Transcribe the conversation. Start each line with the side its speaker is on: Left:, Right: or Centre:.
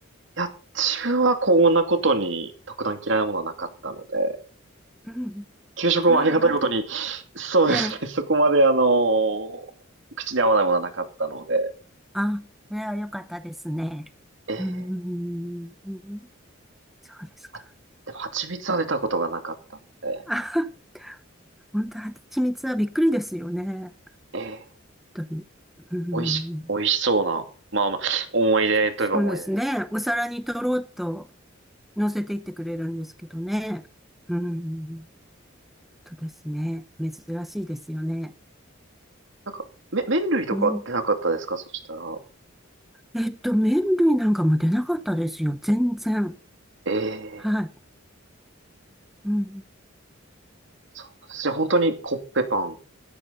Right: いや、自分はこんなことに特段嫌いなものはなかったので、
Centre: うん。
Right: 給食もありがたいことに、
Centre: それはよかっ
Right: そうですね。
Centre: た。ええ
Right: そこまであの口に合わないものはなかったので、
Centre: あ、それはよかったですね。
Right: ええ
Centre: うーん、そうですか。
Right: あ、でも蜂蜜は出たことがなかったので、
Centre: <laughs> あ、本当、蜂蜜はびっくりですよね。
Right: ええ
Centre: 本当に。うん、
Right: 美味し、美味しそうな、まあまあ、思い出といえば思い出です。
Centre: そうですね。お皿にとろうと乗せていってくれるんですけどね。うん、本当ですね。珍しいですよね。
Right: なんか、め、麺類とか出なかったですかそしたら。
Centre: ねえっと、麺類なんかも出なかったですよ。全然。
Right: ええ
Centre: はい。うん。
Right: そうですね。本当にコッペパン。